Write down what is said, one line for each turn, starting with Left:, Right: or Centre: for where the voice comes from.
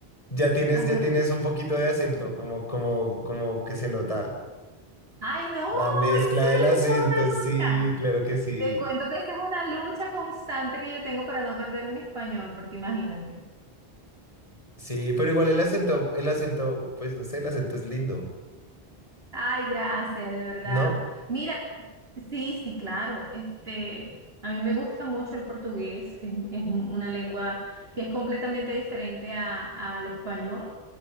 Left: ya tienes,
Right: Ajá.
Left: ya tienes un poquito de acento, como, como, como que se nota
Right: Ay, no,
Left: la mezcla
Right: en serio,
Left: del acento,
Right: esa es una
Left: sí,
Right: lucha.
Left: claro que sí.
Right: Te cuento que esa es una lucha constante que yo tengo para no perder mi español, porque imagínate.
Left: Sí, pero igual el acento, el acento, pues no sé, el acento es lindo,
Right: Ay, gracias, de verdad.
Left: ¿no?
Right: Mira, sí, sí, claro. Este, a mí me gusta mucho el portugués. Es, es un- una lengua que es completamente diferente a- al español